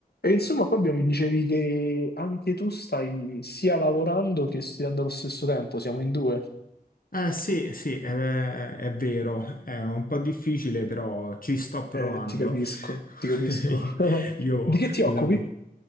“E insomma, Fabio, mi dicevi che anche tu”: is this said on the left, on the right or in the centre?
Left